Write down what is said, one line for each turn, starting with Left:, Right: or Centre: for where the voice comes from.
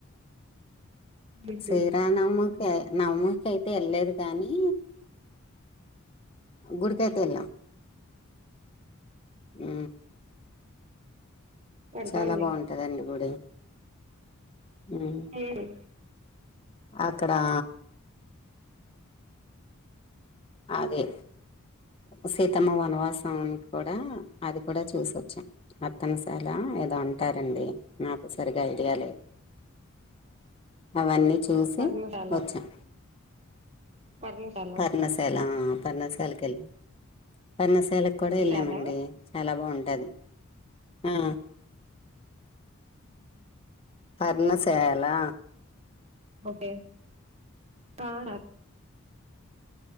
Right: ఉహు
Left: శ్రీ రామ నవమి కి నవమి కి అయితే వెళ్ళలేదు కానీ గుడికైతే వెళ్ళాం మ్
Right: అర్థమైంది
Left: చాలా బాగుంటదండి గుడి హుమ్
Right: ఉమ్
Left: అక్కడా అదే సీతమ్మ వనవాసం అని కూడా అది కూడా చూసొచ్చా నర్తనశాల ఏదో అంటారండి నాకు సరిగా ఐడియా లేదు అవన్నీ చూసి
Right: పర్ణశాల
Left: వచ్చాం
Right: పర్ణశాల
Left: పర్ణశాల ఆ పర్ణశాలకి కెల్లం పర్ణ శాలకు కూడా
Right: పర్ణశాల
Left: వెళ్ళామండి చాలా బాగుంటది ఆ
Right: ఉమ్ హు
Left: పర్ణశాల
Right: ఓకే ఆ ఆ